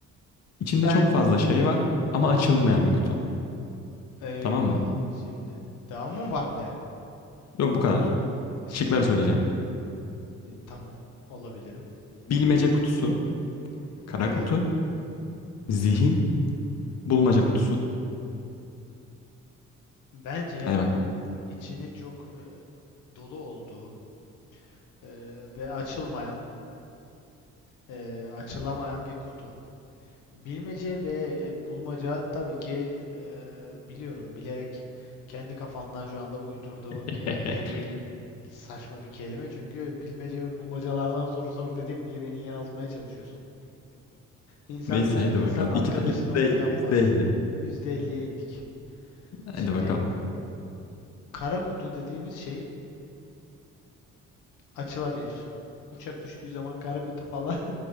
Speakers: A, on the left; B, on the left.
A: İçinde
B: Ben
A: çok fazla şey var ama
B: hı
A: açılmayan
B: hı.
A: bir kutu.
B: Eyvallah.
A: Tamam mı?
B: Şimdi devamım var bir de.
A: Yok bu kadar.
B: Şimdi
A: Şıkları söyleyeceğim.
B: e, tamam olabilirim.
A: Bilmece kutusu, kara
B: Evet.
A: kutu, zihin, bulmaca kutusu.
B: Bence
A: Hadi bakalım.
B: içinin çok e, dolu olduğu e, ve açılmayan, e, açılamayan bir kutu. Bilmece ve e, bulmaca tabii ki e, biliyorum bilerek kendi kafandan şu anda uydurduğun
A: <laughs>
B: e, bir saçma bir kelime. Çünkü bilmece ve bulmacalardan soru sor dedim diye beni yanıltmaya çalışıyorsun. İnsan
A: Neyse hadi
B: insan
A: bakalım.
B: arkadaşına
A: İki ta-
B: bunu yapmaz.
A: yüzde %50.
B: %50'ye indik.
A: Hadi
B: Şimdi
A: bakalım.
B: kara kutu dediğimiz şey açılabilir. Uçak düştüğü zaman kara kutu falan